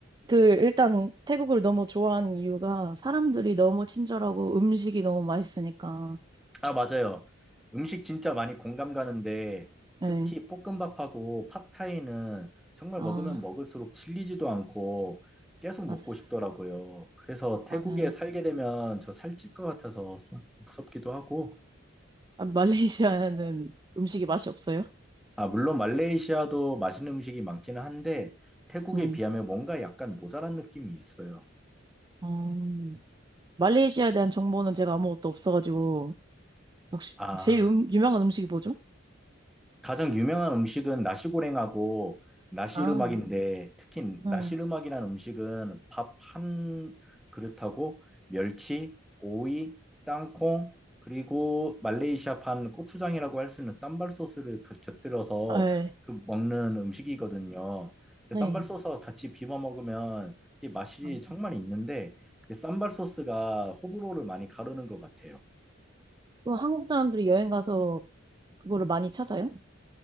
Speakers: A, on the right; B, in the centre.
A: 그 일단 태국을 너무 좋아하는 이유가 사람들이 너무 친절하고 음식이 너무 맛있으니까.
B: 아, 맞아요. 음식 진짜 많이 공감 가는데
A: 네.
B: 특히 볶음밥하고 팟타이는 정말
A: 아,
B: 먹으면 먹을수록 질리지도 않고 계속
A: 맞아요.
B: 먹고 싶더라고요. 그래서 태국에
A: 맞아요.
B: 살게 되면 저 살찔 것 같아서 좀 무섭기도 하고.
A: 아, 말레이시아는 음식이 맛이 없어요?
B: 아, 물론 말레이시아도 맛있는 음식이 많기는 한데 태국에
A: 네.
B: 비하면 뭔가 약간 모자란 느낌이 있어요.
A: 어, 말레이시아에 대한 정보는 제가 아무것도 없어가지고 혹시
B: 아.
A: 제일 음, 유명한 음식이 뭐죠?
B: 가장 유명한 음식은 나시고랭하고 나시르막인데
A: 아,
B: 특히
A: 네.
B: 나시르막이라는 음식은 밥 한 그릇하고 멸치, 오이, 땅콩 그리고 말레이시아판 고추장이라고 할 수 있는 쌈발 소스를 그- 곁들여서
A: 아, 네.
B: 그 먹는 음식이거든요. 그
A: 네.
B: 쌈발 소스와 같이 비벼 먹으면 이게 맛이
A: 아,
B: 정말 있는데 이 쌈발 소스가 호불호를 많이 가르는 것 같아요.
A: 그 한국 사람들이 여행 가서 그거를 많이 찾아요?